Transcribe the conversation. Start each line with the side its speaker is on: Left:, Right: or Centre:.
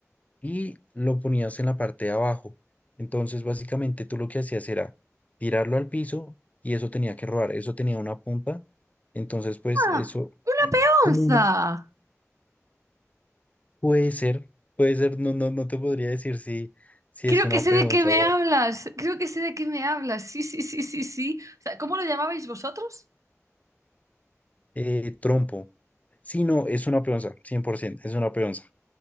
Left: y lo ponías en la parte de abajo. Entonces, básicamente tú lo que hacías era tirarlo al piso y eso tenía que rodar, eso tenía una punta. Entonces, pues eso
Right: Ah, una
Left: y
Right: peonza.
Left: como una puede ser, puede ser, no, no, no te podría decir si, si
Right: Creo
Left: es una
Right: que sé
Left: peonza
Right: de qué me
Left: o
Right: hablas.
Left: algo.
Right: Creo que sé de qué me hablas. Sí, sí, sí, sí, sí. O sea, ¿cómo lo llamabais vosotros?
Left: Eh, trompo. Sí, no, es una peonza, 100%, es una peonza.